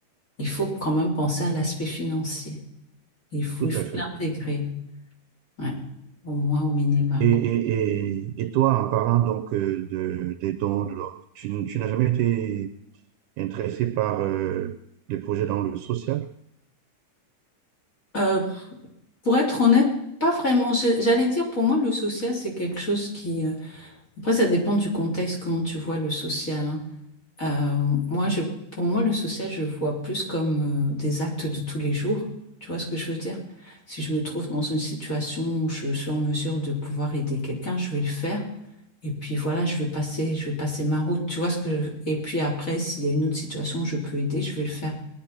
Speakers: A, on the left; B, on the right.
A: il faut quand même penser à l'aspect financier. Il faut,
B: tout
A: il faut
B: à fait.
A: l'intégrer, ouais, au moins au minima,
B: Et, et,
A: quoi.
B: et, et toi, en parlant donc euh, de, des dons, de l'or- tu, n- tu n'as jamais été intéressé par euh, des projets dans le social?
A: Euh, Pour être honnête, pas vraiment. J'ai- J'allais dire, pour moi, le social, c'est quelque chose qui... euh, Après, ça dépend du contexte, comment tu vois le social. hein. Euh, moi, je, pour moi, le social, je le vois plus comme euh, des actes de tous les jours. Tu vois ce que je veux dire? Si je me trouve dans une situation où je suis en mesure de pouvoir aider quelqu'un, je vais le faire. Et puis voilà, je vais passer, je vais passer ma route. Tu vois ce que je... Et puis après, s'il y a une autre situation où je peux aider, je vais le faire